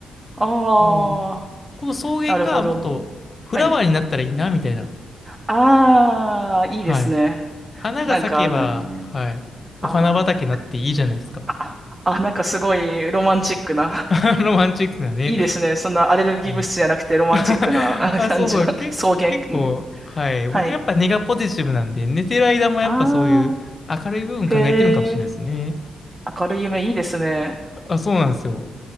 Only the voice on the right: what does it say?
ああ、
なるほど。はい。
ああ、いいですね。
なんかね、
あーあ、あ、なんかすごいロマンチックな。
いいですね。そんなアレルギー物質じゃなくてロマンチックなあ感じの草原。
ね
はい。
ああ、へえ、明るい夢いいですね。